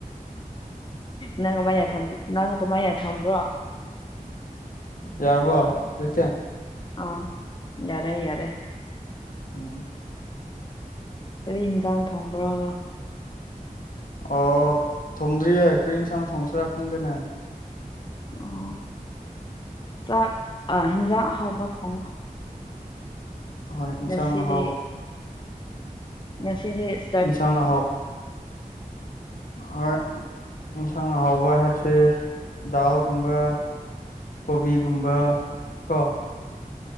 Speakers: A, on the left; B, on the left.
A: ꯅꯪ ꯀꯃꯥꯏꯅ ꯅꯪ ꯀꯃꯥꯏꯅ ꯊꯣꯡꯕ꯭ꯔꯣ
B: ꯌꯥꯔꯕꯣ ꯍꯧꯖꯤꯛꯇꯤ
A: ꯑꯥ ꯌꯥꯔꯦ ꯌꯥꯔꯦ
B: ꯎꯝ
A: ꯀꯩ ꯌꯦꯟꯖꯥꯡ ꯊꯣꯡꯕ꯭ꯔꯣ
B: ꯑꯣ ꯊꯣꯡꯗ꯭ꯔꯤꯌꯦ ꯀꯔꯤ ꯌꯦꯟꯁꯥꯡ ꯊꯣꯡꯁꯤꯔꯥ ꯈꯪꯗꯦꯅꯦ
A: ꯑꯣ ꯆꯥꯛ ꯑ ꯍꯦꯟꯖꯥꯡ ꯑꯍꯥꯥꯎꯕ ꯊꯣꯡꯉꯣ
B: ꯍꯣꯏ ꯏꯟꯁꯥꯡ
A: ꯉꯁꯤꯗꯤ
B: ꯑꯍꯥꯎꯕ
A: ꯉꯁꯤꯗꯤ ꯑꯦꯁ
B: ꯏꯟꯁꯥꯡ ꯑꯍꯥꯎ ꯍꯣꯏ ꯢꯟꯁꯥꯡ ꯑꯍꯥꯎꯕ ꯍꯥꯏꯕꯁꯦ ꯗꯥꯜꯒꯨꯝꯕ ꯀꯣꯕꯤꯒꯨꯝꯕ ꯀꯣ